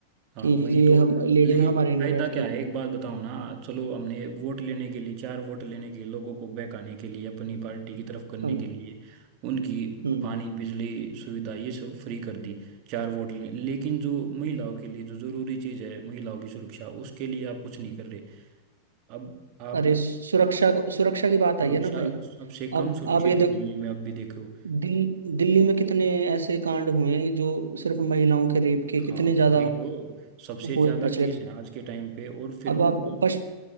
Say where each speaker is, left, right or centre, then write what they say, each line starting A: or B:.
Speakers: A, on the right; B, on the right.
A: हाँ
B: कि ये
A: वही तो
B: हम लेडीज
A: लेकिन
B: हमारे नहीं
A: फायदा
B: बैठती
A: क्या है एक बात बताओ ना चलो हमने वोट लेने के लिए चार वोट लेने के लिए लोगों को बहकाने के लिए अपनी पार्टी की तरफ करने
B: हम
A: के लिए उनकी
B: हम्म
A: पानी बिजली सुविधा ये सब फ्री कर दी चार वोट लेने लेकिन जो महिलाओं के लिए जो जरूरी चीज़ है महिलाओं की सुरक्षा उसके लिए आप कुछ नहीं कर रहे अब आप
B: अरे सुरक्षा सुरक्षा की बात आई
A: सुरक्षा
B: है ना भाई
A: सबसे कम
B: अब
A: सुरक्षित
B: आप ये देख
A: है दिल्ली में अब भी देखो
B: दिल, दिल्ली में कितने ऐसे कांड हुए हैं जो सिर्फ महिलाओं के रेप के
A: हाँ
B: कितने ज्यादा
A: वही तो सबसे ज्यादा
B: हुए प्रचलित
A: केस है आज के टाइम पे और फिर
B: अब
A: उनको
B: आप पश,